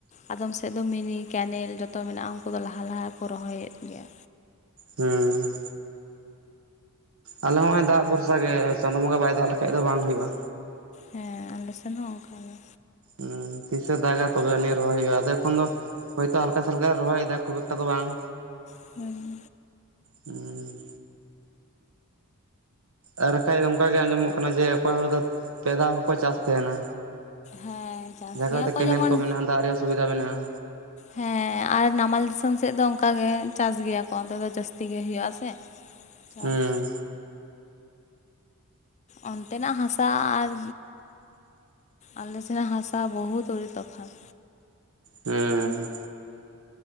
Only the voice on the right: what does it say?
ᱦᱩᱸ ᱟᱞᱮ ᱦᱚᱸᱜ ᱚᱭ ᱫᱟᱜ ᱵᱷᱚᱨᱥᱟ ᱜᱮ ᱪᱟᱸᱫᱳ ᱵᱚᱸᱜᱟ ᱵᱟᱭ ᱫᱟᱜ ᱞᱮᱠᱷᱟᱡ ᱫᱚ ᱵᱟᱝ ᱦᱩᱭᱩᱜᱼᱟ
ᱦᱩᱸ ᱛᱤᱥᱮ ᱫᱟᱜᱟ ᱛᱚᱵᱮᱱᱤ ᱨᱦᱚᱭ ᱦᱩᱭᱩᱜᱼᱟ ᱩᱱ ᱫᱚ ᱦᱳᱭᱛᱳ ᱦᱟᱞᱠᱟ ᱥᱟᱞᱠᱟ ᱨᱚᱦᱚᱭ ᱫᱟᱠᱚ ᱮᱠᱴᱟ ᱫᱚ ᱵᱟᱝ᱾
ᱦᱩᱸ ᱟᱨ ᱵᱟᱠᱷᱟᱡ ᱱᱚᱝᱠᱟᱜ ᱜᱮ ᱟᱸᱡᱚᱢᱚᱜ ᱠᱟᱱᱟ ᱡᱮ ᱚᱠᱚᱭ ᱦᱚᱲ ᱫᱚ ᱯᱮ ᱫᱷᱟᱣ ᱦᱚᱸᱠᱚ ᱪᱟᱥ ᱛᱟᱦᱮᱱᱟ
ᱡᱟᱦᱟᱸ
ᱠᱚᱨᱮ ᱫᱚ
ᱠᱮᱱᱮᱞ
ᱢᱮᱱᱟᱜᱼᱟ ᱫᱟᱜ ᱨᱮᱭᱟᱜ ᱥᱩᱵᱤᱫᱷᱟ ᱢᱮᱱᱟᱜᱼᱟ
ᱦᱩᱸ
ᱦᱮᱸ